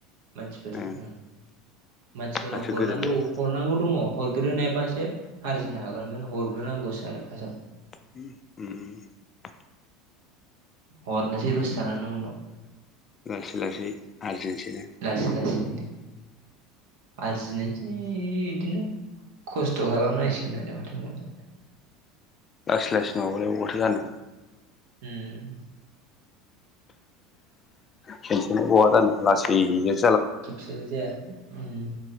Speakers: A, on the right; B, on the left.
A: मानसिफोरजों।
B: ओं
A: ओ मानसिफोरनाव
B: दासो
A: हरनांगौ
B: गोदान जायो
A: हरनांगौ दङ हरग्रदोनाय‌ से आरजिनो हागोन माने हरग्रोनांगौसो आरो फार्टआव।
B: <inaudible>
A: हरनोसै दसे थानानै उनाव।
B: लासै लासै आरजेनटिना
A: लासै लासैनो आरजिनोसै बिदिनो। खस्थ' खालामनायसनोे माथो बुंबावनो।
B: लासै लासै नङाबालाय बबावबाथ' जानो।
A: उम।
B: खनसेनो बहा जानो लासैनो
A: खेफसेनो जाया उम